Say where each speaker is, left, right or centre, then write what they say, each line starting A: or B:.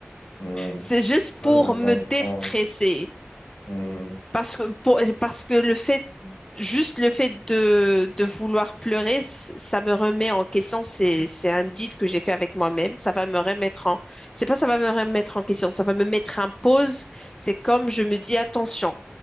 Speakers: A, on the left; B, on the left.
A: ouais.
B: c'est juste
A: Moi,
B: pour
A: je comprends.
B: me déstresser.
A: Mhm.
B: Parce que, pour- parce que le fait, juste le fait de, de vouloir pleurer, c- ça me remet en question. C'est, c'est un deal que j'ai fait avec moi-même. Ça va me remettre en, c'est pas ça va me remettre en question, ça va me mettre en pause. C'est comme je me dis, attention,